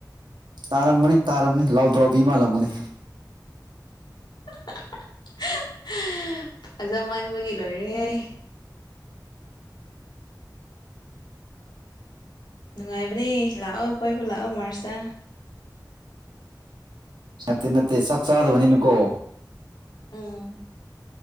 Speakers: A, on the right; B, on the left.
A: ꯇꯥꯔꯝꯃꯅꯤ ꯇꯥꯔꯝꯅꯤ ꯂꯥꯎꯗ ꯂꯥꯎꯕꯤ ꯃꯥꯜꯂꯝꯒꯅꯤ
B: <inaudible> ꯐꯖ ꯃꯟꯕꯒꯤ ꯂꯣꯏꯔꯦꯍꯦ ꯅꯨꯡꯉꯥꯏꯕꯅꯦ ꯂꯥꯛꯑꯣ ꯀꯣꯏꯕꯨ ꯂꯥꯛꯑꯣ ꯃꯥꯔꯁꯇ
A: ꯅꯠꯇꯦ ꯅꯠꯇꯦ ꯁꯛꯆꯥꯗꯚꯅꯤꯅꯤꯀꯣ
B: ꯑꯥ